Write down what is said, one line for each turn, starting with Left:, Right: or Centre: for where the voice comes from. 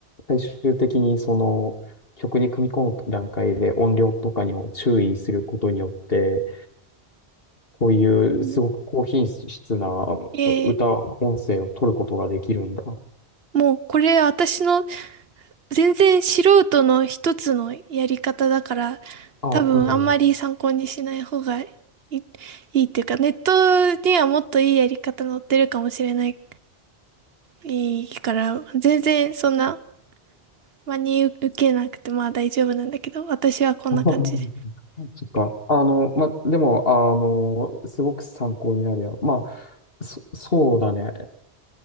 Left: 最終的にその曲に組み込む段階で音量とかにも注意することによって、こういうすごく高品質な
Right: うんえー
Left: 歌、音声を取ることができるんだ。
Right: もうこれ私の全然素人の一つのやり方だから、
Left: あ、
Right: 多分あんまり参考にしない方がいい、
Left: うん。
Right: いいっていうか、ネットにはもっといいやり方載ってるかもしれない、いいから、全然そんな真に受けなくてまあ大丈夫なんだけど、私はこんな感じで。
Left: <laughs> あははそっか。あの、ま、でも、あの、すごく参考になるや。まあ、そ、そうだね。